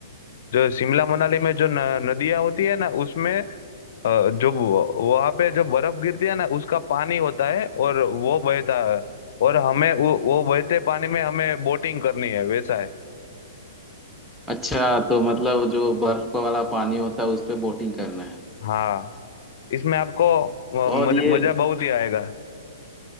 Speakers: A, on the left; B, in the centre.
A: जो शिमला मनाली में जो न, नदियाँ होती है ना उसमें अ, जो वहां पे जो बर्फ गिरती है ना उसका पानी होता है और वो बहता है और हमें वो वो बहते पानी में हमें बोटिंग करनी है वैसा है
B: अच्छा तो मतलब जो बर्फ वाला पानी होता है उस पे बोटिंग करना है
A: हाँ इसमें आपको अ,
B: और
A: मज,
B: ये
A: मजा बहुत ही आएगा